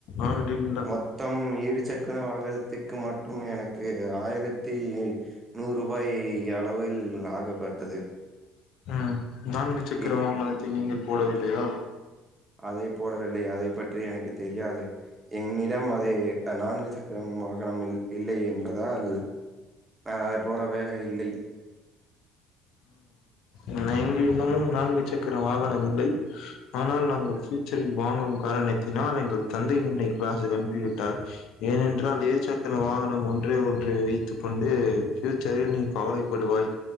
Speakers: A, on the left; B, on the right.
A: ஆன்டிங்
B: மொத்தம் இரு சக்கர வாகனத்துக்கு மட்டும் எனக்கு ஆயிரத்தி நூறு ரூபாய் அளவில் ஆகப்பட்டது
A: ம் நான்கு சக்கர
B: இ
A: வாகனத்தில் நீங்கள் போடவில்லையா
B: அதை போடவில்லை அதை பற்றி எனக்கு தெரியாது என்னிடம் அதை நான்கு சக்கரம் வாகனம் இல் இல்லை என்பதால் அ அதை போடவே இல்லை
A: என்னிடமும் நான்கு சக்கர வாகனம் இல்லை ஆனால் நாங்கள் ஃபியூச்சரில் வாங்கும் காரணத்தினால் எங்கள் தந்தை என்னை கிளாசில் அனுப்பிவிட்டார் ஏனென்றால் இருசக்கர வாகனம் ஒன்றே ஒன்றே வைத்துக் கொண்டு ஃபியூச்சரில் நீ கவலை படுவாய்